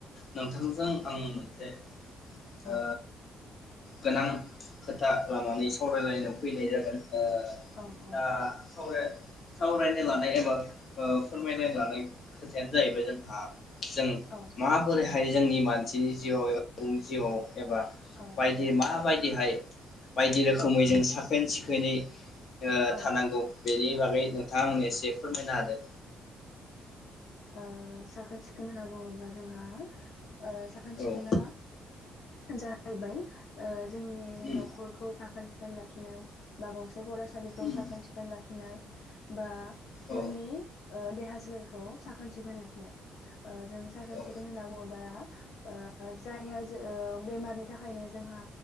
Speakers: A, on the left; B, on the left.
A: नोंथांजों आं मोनसे ओ
B: औ
A: गोनां खोथा लानानै सावरायलायनायाव फैनाय जादों। ओ
B: औ औ
A: दा सावराय सावरायनो लानाय एबा ओ फोरमायनो लानाय खोथायानो जाहैबाय जोंहा जों
B: औ
A: मा हायो जोंनि मानसिनि जिउआव एबा <unintelligible> जिउआव एबा
B: औ
A: बायदि माबायदिहाय बायदि रोखोमै
B: औ
A: जों साखोन सिखोन खोनै ओ
B: औ
A: थानांगौ बेनि बागै नोंथाङा आंनो एसे फोरमायना होदो।
B: ओ साखोन सिखोन होनना बुङोब्ला जोंहा ओ साखोन सिखोना
A: औ
B: जाहैबाय ओ जोंनि
A: उम
B: न'खरखौ साखोन सिखोन खोन लाखिनाय बाबावोसो बे फरायसालिखौ
A: उम
B: साखोन सिखोन लाखिनाय बा
A: औ
B: जोंनि ओ देहा सो लेरखौ साखोन सिखोन लाखिनाय ओ जों साखोन
A: औ
B: सिखोन होनना बुङोबा ओ जायहा जो ओ बेमारनि थाखायनो जोंहा